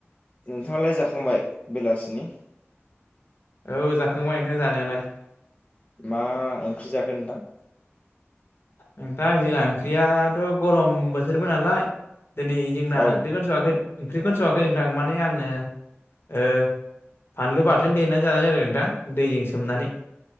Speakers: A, on the left (about 30°); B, on the left (about 60°).
A: नोंथाङालाय जाखांबाय बेलासि नि
B: औ जाखांबाय नोंथां जानायालाय
A: मा ओंख्रि जाखोन नोंथां
B: नोंथां जोंना ओंख्रियाथ' गरम बोथोरबो नालाय दिनै जोंना
A: औ
B: ओंख्रिखौनो स'वाखै ओंख्रिखौनो स'वाखै नोंथां माने आङो फानलु बाथोन देनानै जानाय जादों नोंथां दैजों सोमनानै